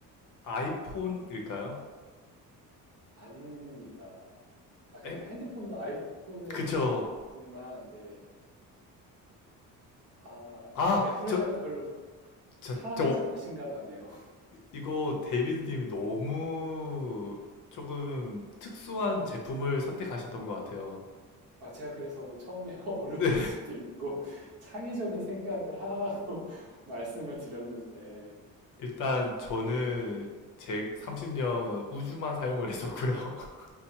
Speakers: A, on the left; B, on the right.
A: 아이폰일까요?
B: 아닙니다. 아까 그러니까
A: 앱?
B: 핸드폰도 아이폰에
A: 그쵸.
B: 들어갔지만, 네. 아,
A: 아,
B: 그 애플
A: 저,
B: 회사를 별로
A: 저,
B: 사랑하지
A: 저,
B: 않으신가 보네요. <laughs>
A: 이거 데이비드님이 너무 조금 특수한
B: 네.
A: 제품을 선택하셨던 것 같아요.
B: 아, 제가 그래서 처음에 <laughs> 어려울
A: 네.
B: 수도 있고, <laughs> 창의적인 생각을 하라고 <laughs> 말씀을 드렸는데,
A: 일단 저는 제 30년 우주만 사용을 했었고요. <laughs>